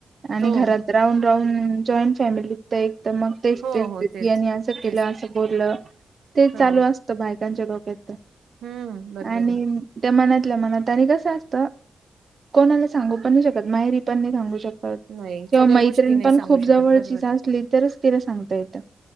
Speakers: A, on the right; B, on the right.
A: आणि
B: हो,
A: घरात राऊंड राऊंड जॉईंट फॅमिली वघत एकदम मग तेच
B: हो,
A: तेच
B: हो
A: तेच यांनी असं केलं
B: तेच
A: असं बोललं ते
B: हो
A: चालू असतं बायकांच्या डोक्यात तर
B: हम्म बरोबर
A: आणि
B: आहे.
A: त्या मनातल्या मनात आणि कसं असतं कोणाला सांगू पण नाही शकत माहेरी पण नाही सांगू शकत किंवा
B: नाही सगळ्या
A: मैत्रिणी
B: गोष्टी नाही
A: पण
B: सांगू
A: खूप जवळचीच
B: शकत बरोबर,
A: असली तरच तिला सांगता येतं.